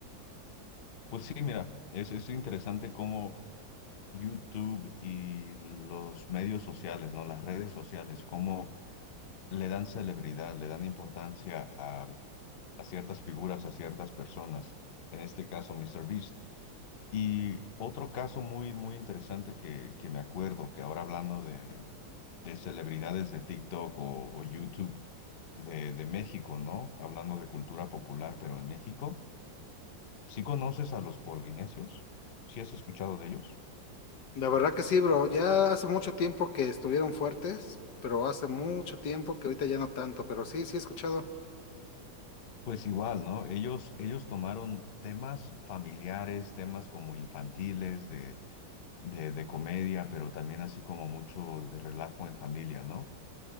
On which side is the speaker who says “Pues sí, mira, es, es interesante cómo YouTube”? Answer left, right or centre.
Left